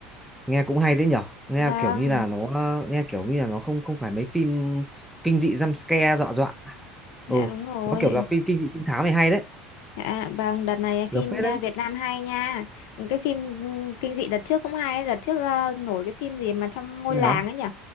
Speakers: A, in the centre; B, on the left (about 70°).
A: nghe cũng hay đấy nhở nghe
B: Vâng,
A: kiểu như là nó nghe kiểu như là nó không không phải mấy phim kinh dị jump scare dọa dọa
B: dạ
A: ừ
B: đúng rồi.
A: nó kiểu là phim kinh dị trinh thám này hay đấy
B: Dạ, vâng, đợt này
A: được
B: phim
A: phết đấy
B: à, Việt Nam hay nha. Cái phim ừ, kinh dị đợt trước cũng hay. ấy. Đợt trước à, nổi cái phim gì mà trong ngôi
A: thế nào
B: làng ấy nhỉ?